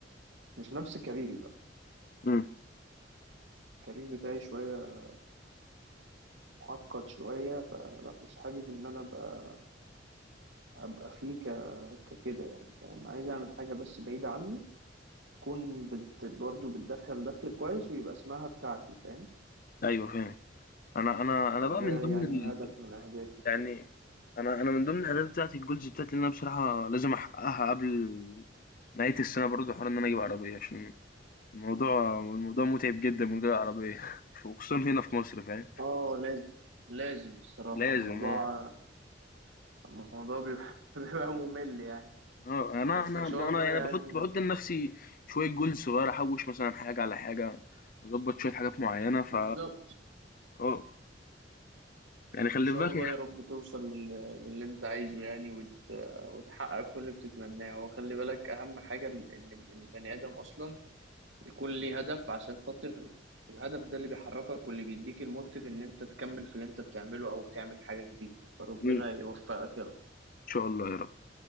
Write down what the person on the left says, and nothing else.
إمم،
أيوه فاهم. أنا أنا أنا بقى
من ضمن
ال
يعني أنا أنا من ضمن الأهداف بتاعتي الgoals بتاعتي اللي أنا بصراحة لازم أحققها قبل نهاية السنة برضه حوار إن أنا أجيب عربية، عشان الموضوع الموضوع مُتعب جدًا من غير عربية <laughs> وخصوصًا هنا في مصر فاهم،
لازم
آه،
آه، أنا
أنا
أنا يعني
باحط باحط لنفسي شوية goals صغيّرة، أحوّش مثلًا حاجة على حاجة، أضبّط شوية حاجات معيّنة ف
آه، يعني خلّي
في بالك
هي
إمم.
شاء الله يا رب